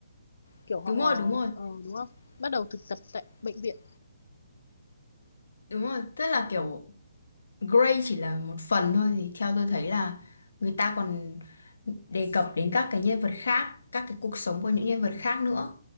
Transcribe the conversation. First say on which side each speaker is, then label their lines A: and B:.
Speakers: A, on the left; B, on the left.
A: kiểu họ
B: đúng rồi đúng rồi
A: ờ, đúng không bắt đầu thực tập tại bệnh viện
B: đúng rồi tức là kiểu Grey chỉ là một phần thôi thì theo tôi thấy là người ta còn đề cập đến các cái nhân vật khác, các cái cuộc sống của những nhân vật khác nữa.